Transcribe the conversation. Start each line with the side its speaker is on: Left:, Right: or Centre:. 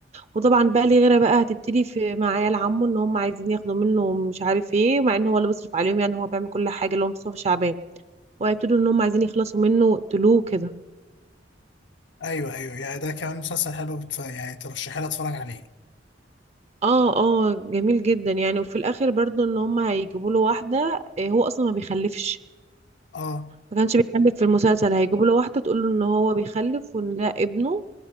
Right: وطبعا بقى ليه غيره بقى هتبتدي في مع عيال عمه ان هم عايزين ياخدوا منه مش عارف ايه مع ان هو اللي بيصرف عليهم يعني هو بيعمل كل حاجه اللي هو مصطفى شعبان وهيبتدوا ان هم عايزين يخلصوا منه تلوه كده
Left: ايوه ايوه يعني ده كمان مسلسل حلو بت- يعني ترشحي لي اتفرج عليه
Right: اه اه جميل جدا يعني وفي الاخر برضو ان هم هيجيبوا له واحده آه، هو اصلا ما بيخلفش
Left: اه
Right: ما كانش بيخلف في المسلسل هيجيبوا له واحده تقول له ان هو بيخلف وان ده ابنه